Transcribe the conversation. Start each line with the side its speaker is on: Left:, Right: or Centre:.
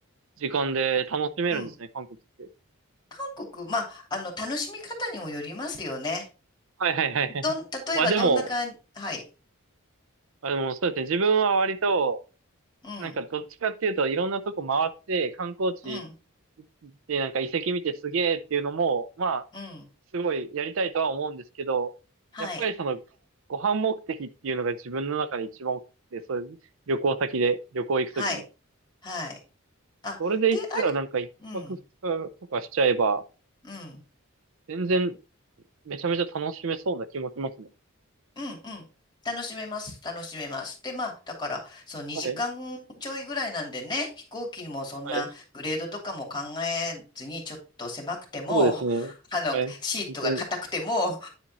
Right: 時間で楽しめるんですね、
Left: うん。
Right: 韓国って。
Left: 韓国、まあ、あの、楽しみ方にもよりますよね。
Right: はいはいはいはい。
Left: どん、例えばどんな感じ、
Right: まあでも、
Left: はい。
Right: あ、でもそうですね。自分は割と、
Left: うん、
Right: なんかどっちかっていうといろんなとこ回って観光地
Left: うん、
Right: でなんか遺跡見てすげえっていうのも、まあ、
Left: うん。
Right: すごいやりたいとは思うんですけど、
Left: はい、
Right: やっぱりその、ご飯目的っていうのが自分の中で一番多くて、そういう旅行先で、旅行行くときに。
Left: はい、はい。あ、
Right: それで行ったらなんか一泊二日とかしちゃえば、
Left: で、あれ、うん、うん。
Right: 全然めちゃめちゃ楽しめそうな気もしますね。
Left: うんうん。楽しめます。楽しめます。で、まあ、だから、その2時間ちょいぐらいなんでね、
Right: はい。
Left: 飛行機もそんなグレードとかも考えずに、
Right: はい。
Left: ちょっと狭くても、
Right: そうですね。
Left: あの、
Right: はい。
Left: シートが硬くても、
Right: 本当に
Left: <laughs>